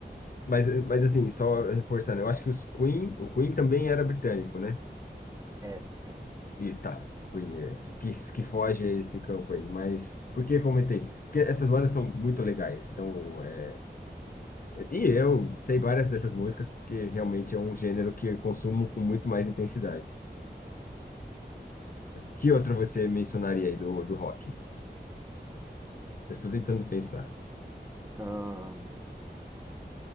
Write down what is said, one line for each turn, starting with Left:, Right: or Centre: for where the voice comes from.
Left: mas, mas assim, só reforçando, eu acho que os Queen, o Queen também era britânico, né?
Right: Era, era.
Left: Isso, tá. Queen, é, que, que foge a esse campo aí. Mas por que eu comentei? Porque essas bandas são muito legais. Então, é, e eu sei várias dessas músicas, porque realmente é um gênero que eu consumo com muito mais intensidade. Que outra você mencionaria aí do, do rock? Eu estou tentando pensar.
Right: Ahn,